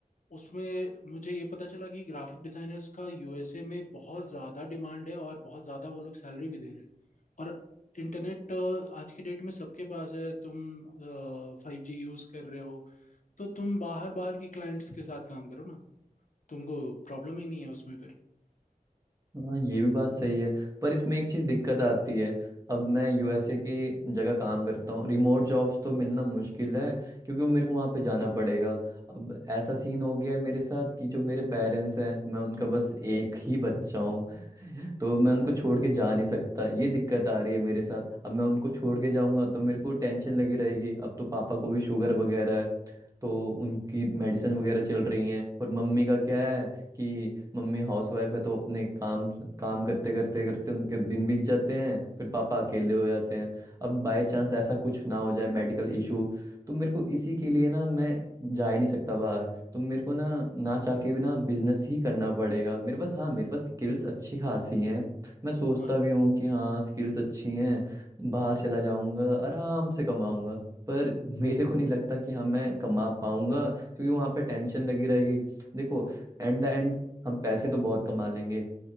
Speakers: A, on the left; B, on the right.
A: उसमें मुझे ये पता चला कि ग्राफिक डिजाइनर्स का यूएसए में बहुत ज़्यादा डिमांड है और बहुत ज़्यादा वो लोग सैलरी भी दे रहे हैं और इंटरनेट आज की डेट में सबके पास है तुम फाइव जी यूज़ कर रहे हो तो तुम बाहर बाहर के क्लाइंट्स के साथ काम करो ना तुमको प्रॉब्लम ही नहीं है उसमें फिर
B: हाँ ये भी बात सही है पर इसमें एक चीज दिक्कत आती है अब मैं यूएसए की जगह काम करता हूँ रिमोट जॉब्स तो मिलना मुश्किल है क्योंकि मेरे को वहाँ पे जाना पड़ेगा अब ऐसा सीन हो गया है मेरे साथ कि जो मेरे पेरेंट्स हैं मैं उनका बस एक ही बच्चा हूँ तो मैं उनको छोड़ के जा
A: हम्म,
B: नहीं सकता ये दिक्कत आ रही है मेरे साथ अब मैं उनको छोड़ के जाऊंगा तो मेरे को टेंशन लगी रहेगी अब तो पापा को भी शुगर वगैरह है तो उनकी मेडिसिन वगैरह चल रही है और मम्मी का क्या है कि मम्मी हाउसवाइफ है तो अपने काम काम करते करते करते उनके दिन बीत जाते हैं फिर पापा अकेले हो जाते हैं अब बाय चांस ऐसा कुछ ना हो जाए मेडिकल इशू तो मेरे को इसी के लिए ना मैं जा ही नहीं सकता बाहर तो मेरे को ना ना चाह के भी ना बिजनेस ही करना पड़ेगा मेरे पास हाँ मेरे पास स्किल्स अच्छी खासी हैं मैं सोचता
A: हाँ
B: भी हूँ कि हाँ स्किल्स अच्छी हैं बाहर चला जाऊंगा आराम से कमाऊंगा पर मेरे को नहीं लगता कि हाँ मैं कमा पाऊंगा क्योंकि वहां पे टेंशन लगी रहेगी देखो एंड द एंड हम पैसे तो बहुत कमा लेंगे